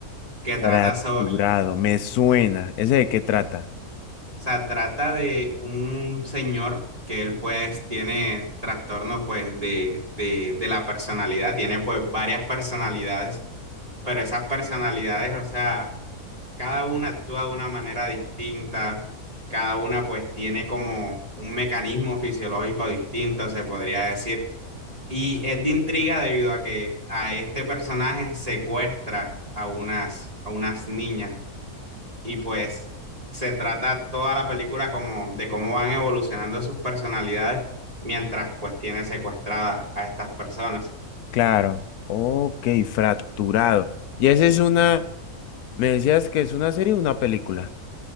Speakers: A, on the right; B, on the left.
A: que
B: Fracturado,
A: trata sobre
B: me suena. ¿Ese de qué trata?
A: sea, trata de un señor que él pues tiene trastorno pues de, de, de la personalidad, tiene pues varias personalidades, pero esas personalidades, o sea, cada una actúa de una manera distinta, cada una pues tiene como un mecanismo fisiológico distinto, se podría decir. Y es de intriga debido a que a este personaje secuestra a unas, a unas niñas y pues se trata toda la película como de cómo van evolucionando sus personalidades mientras pues tiene secuestradas a estas personas.
B: Claro. Ok, fracturado. ¿Y esa es una, me decías que es una serie o una película?